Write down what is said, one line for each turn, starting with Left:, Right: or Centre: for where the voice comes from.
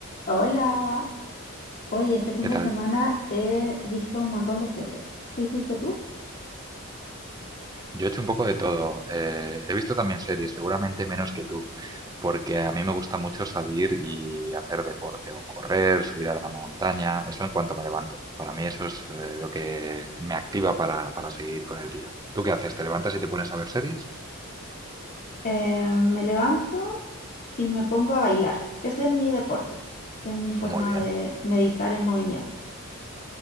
Left: Hola, oye, este fin
Right: ¿Qué
Left: de
Right: tal?
Left: semana he visto un montón de series. ¿Qué hiciste tú?
Right: Yo he hecho un poco de todo. eh, he visto también series, seguramente menos que tú, porque a mí me gusta mucho salir y hacer deporte o correr, subir a la montaña, eso en cuanto me levanto. Para mí eso es eh, lo que me activa para, para seguir con el día. ¿Tú qué haces? ¿Te levantas y te pones a ver series?
Left: Eh, me levanto y me pongo a bailar. Ese es mi deporte, es mi forma
Right: Muy bien,
Left: de meditar en movimiento.